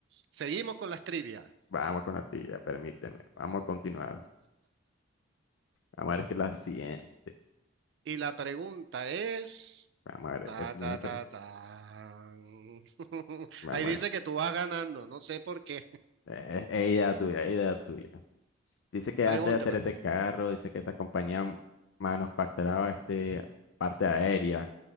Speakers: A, on the right; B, on the left.
A: seguimos con las trivias.
B: vamos con la trivia, permíteme, vamos a continuar, vamos a ver qué la siguiente,
A: Y la pregunta es,
B: vamos a ver,
A: ta,
B: el-
A: ta,
B: vamos
A: ta,
B: a ver,
A: ta. <laughs>
B: vamos
A: Ahí dice
B: a ver,
A: que tú vas ganando, no sé por qué.
B: eh, es es idea tuya, es idea tuya. Dice que
A: Pregúntame.
B: antes de hacer este carro, dice que esta compañía manufacturaba este parte aérea